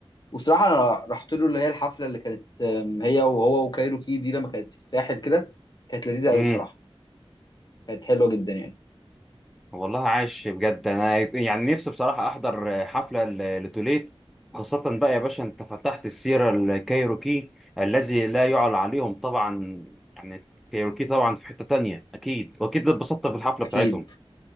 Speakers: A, on the left; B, in the centre.
A: وصراحة أنا رحت له اللي هي الحفلة اللي كانت آم، هي وهو وكايروكي دي لما كانت في الساحل كده كانت لذيذة قوي
B: امم
A: بصراحة كانت حلوه جدا يعني
B: والله عاش بجد انا يعني نفسي بصراحه احضر حفله ل- لتوليت خاصه بقى يا باشا انت فتحت السيره الكايروكي الذي لا يعلى عليهم طبعا يعني كايروكي طبعا في حته تانية اكيد واكيد اتبسطت في الحفله
A: اكيد
B: بتاعتهم